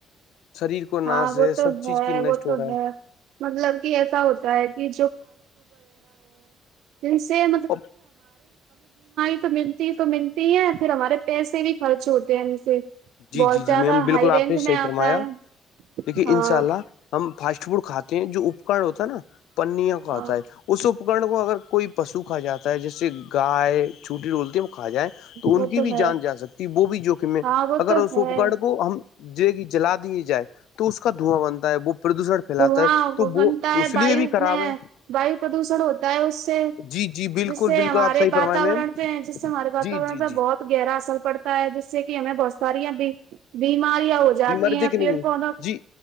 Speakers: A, on the left (about 85°); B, on the right (about 85°).
A: شریر کو ناش
B: ہاں وہ تو
A: سب چیز
B: ہے
A: کی نشٹ
B: وہ
A: ہو
B: تو
A: رہا
B: ہے مطلب کہ ایسا ہوتا ہے کہ <unintelligible> یہ
A: اور
B: تو ملتے ہیں پھر ہمارے پیسے بھی خرچ ہوتے ہیں ان سے
A: جی
B: بہت
A: جی
B: زیادہ
A: جی میم بالکل
B: ہائی
A: آپ
B: رینج
A: نے صحیح
B: میں آتا
A: فرمایا
B: ہے
A: دیکھیے
B: ہاں
A: ان شاء اللہ ہم فاسٹ فوڈ کھاتے ہیں جو اپکرن ہوتا ہے نا پر نیم ہوتا
B: ہاں
A: ہے اس اپکرن کو اگر کوئی پشو کھا جاتا ہے جیسے گائے چھوٹی بولتی ہے کھا جائے تو ان
B: وہ
A: کی بھی
B: ہے
A: جان جا سکتی وہ بھی جوکھم ہے
B: ہاں وہ
A: اگر
B: تو
A: اس
B: ہے
A: اوپکرن کو ہم جلا دیے جائے تو اس کا دھواں بنتا ہے وہ پردوشن پھیلاتا
B: دھواں
A: ہے تو
B: وہ بنتا ہے
A: اس
B: وایو
A: لیے بھی خراب
B: میں
A: ہے
B: وایو پردوشن ہوتا ہے اس سے
A: جی جی بالکل
B: جس سے
A: بالکل
B: ہمارے
A: آپ صحیح
B: واتاورن
A: فرمائیں میم
B: پہ جس سے ہمارے واتاورن
A: جی جی
B: پہ
A: جی
B: بہت گہرا اثر پڑتا ہوتا ہے جس سے کہ ہمیں بہت ساریا ں بھی بیماریاں ہو جاتی
A: بیماری
B: ہیں
A: دیکھنے
B: پیڑ
A: کی
B: پودا
A: جی